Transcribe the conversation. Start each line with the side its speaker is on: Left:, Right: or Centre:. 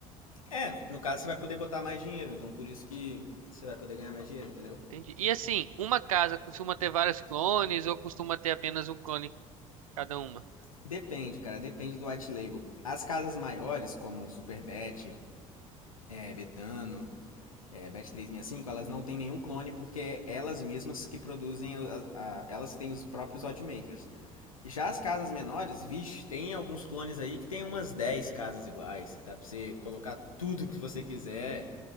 Left: É, no caso você vai poder botar mais dinheiro, então por isso que você vai poder ganhar mais dinheiro, entendeu?
Right: Entendi. E assim, uma casa costuma ter vários clones ou costuma ter apenas um clone cada uma?
Left: Depende, cara, depende do white label. As casas maiores, como Superbet, é, Betano, é, Bet365, elas não têm nenhum clone porque é elas mesmas que produzem, a, a, elas que têm os próprios oddmakers. Já as casas menores, vixe, tem alguns clones aí que tem umas 10 casas iguais, que dá pra você colocar tudo que você quiser.